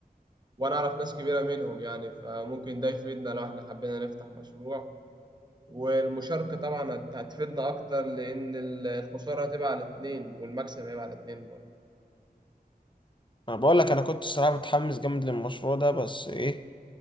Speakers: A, on the right (about 25°); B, on the left (about 30°).
A: وانا اعرف ناس كبيره منهم يعني فممكن ده يفيدنا لو احنا حبينا نفتح مشروع والمشاركه طبعا هت- هتفيدنا اكتر لان ال- الخساره هتبقى على اتنين والمكسب هيبقى على اتنين برضه
B: انا بقول لك انا كنت الصراحه متحمس جامد للمشروع ده بس ايه